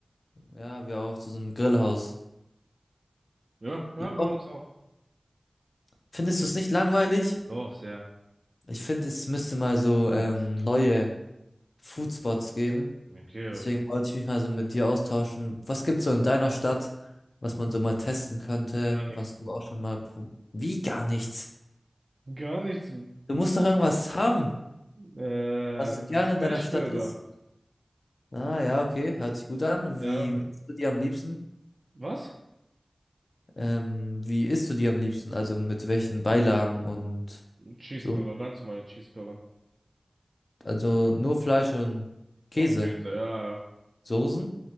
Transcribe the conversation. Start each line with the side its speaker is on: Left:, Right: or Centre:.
Left: Ja, wir auch zu so einem Grillhaus.
Right: Ja, ja,
Left: Ihr
Right: bei
Left: auch?
Right: uns auch.
Left: Findest du es nicht langweilig?
Right: Doch, sehr.
Left: Ich finde, es müsste mal so ähm,
Right: Ist tot.
Left: neue Foodspots geben.
Right: Okay,
Left: Deswegen wollte ich mich mal so mit dir austauschen. Was gibt's so in deiner Stadt, was man so mal testen könnte,
Right: gar nichts.
Left: was du auch schon mal prob- Wie gar nichts?
Right: Gar nichts.
Left: Du musst doch irgendwas haben,
Right: Äh,
Left: was du gerne
Right: Smashburger.
Left: in deiner Stadt isst. Ah ja, okay, hört sich gut an.
Right: Ja,
Left: Wie isst du die am liebsten?
Right: was?
Left: Ähm, wie isst du die am liebsten? Also mit welchen Beilagen und
Right: Cheeseburger,
Left: so?
Right: ganz normale Cheeseburger.
Left: Also nur Fleisch und Käse.
Right: Und Käse, ja, ja.
Left: Soßen?